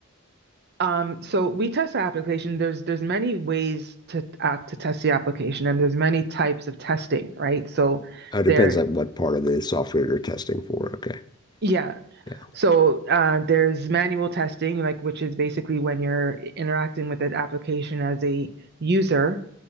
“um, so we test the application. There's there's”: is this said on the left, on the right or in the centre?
Right